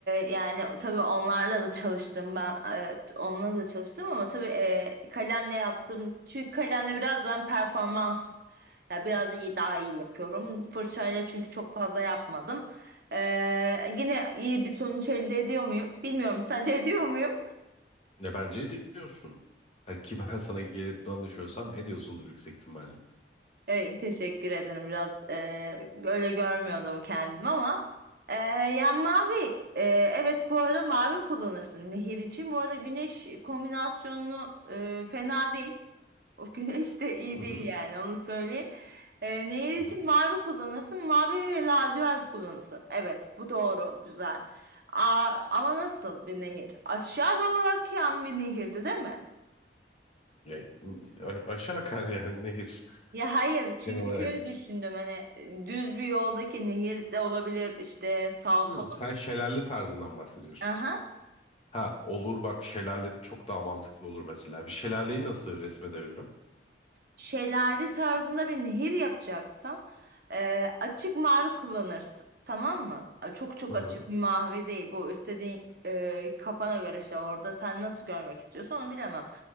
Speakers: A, on the right; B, on the left.
A: yani tabii onlarla da çalıştım ben. E, onunla da çalıştım ama tabii e, kalemle yaptım. Çünkü kalemle biraz ben performans ya biraz iyi daha iyi yapıyorum. Fırçayla çünkü çok fazla yapmadım. E, yine iyi bir sonuç elde ediyor muyum? Bilmiyorum. sadece <laughs> ediyor muyum?
B: Ne bence ediyorsun. Ha, ki ben sana gelip danışıyorsam ediyorsundur yüksek ihtimalle.
A: Evet, teşekkür ederim. Biraz e, böyle görmüyordum kendimi ama e, ya mavi e, evet bu arada mavi kullanırsın nehir için. Bu arada güneş kombinasyonunu e, fena değil. O <laughs> güneş de iyi
B: Hı
A: değil
B: hı.
A: yani onu söyleyeyim. E, nehir için
B: Hı hı.
A: mavi kullanırsın. Mavi ve lacivert kullanırsın. Evet bu doğru güzel. Aa, ama nasıl bir nehir? Aşağı doğru akan bir nehirdi değil mi?
B: Ya, a- aşağı akar yani nehir
A: Ya hayır çünkü
B: genel olarak.
A: şöyle düşündüm hani e, düz bir yoldaki nehir de olabilir işte sağa
B: Hı,
A: sola.
B: sen şelale tarzından bahsediyorsun.
A: Aha.
B: Ha olur bak şelale çok daha mantıklı olur mesela. Bir şelaleyi nasıl resmedebilirim?
A: şelale tarzında bir nehir yapacaksan e, açık mavi kullanırsın. Tamam mı? E, Çok çok
B: Hı hı.
A: açık bir mavi değil. Bu istediğin e, kafana göre işte orada sen nasıl görmek istiyorsan onu bilemem.